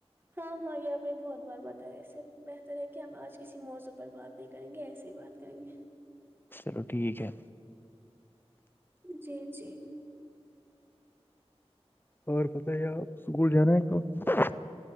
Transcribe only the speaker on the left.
تو ٹھیک ہے
اور پتہ ہے آپ اسکول جانا ہے کہاں